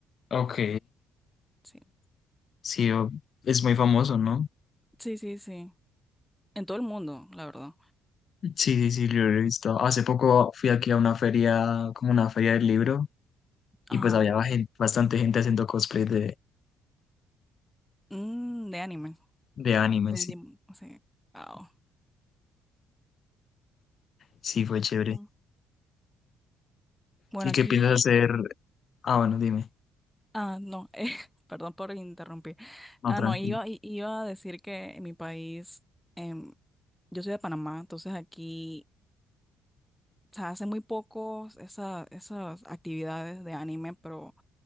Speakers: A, on the left; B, in the centre.
A: ok.
B: sí.
A: Sí, o- es muy famoso, ¿no?
B: Sí, sí, sí. En todo el mundo, la verdad.
A: Sí, sí, sí, yo lo he visto. Hace poco fui aquí a una feria, como una feria del libro, y
B: Ajá.
A: pues había gen- bastante gente haciendo cosplay de,
B: Mm, de anime.
A: de anime,
B: De,
A: sí.
B: Demon- o sea, wow.
A: Sí, fue chévere.
B: Mm. Bueno,
A: ¿Y
B: aquí.
A: qué piensas hacer? Ah, bueno, dime.
B: Ah, no, <laughs> eh, perdón por interrumpir.
A: No,
B: Ah,
A: tranquilo.
B: no, iba, i- iba a decir que en mi país, em, yo soy de Panamá, entonces aquí se hacen muy pocos esa- esas actividades de anime, pero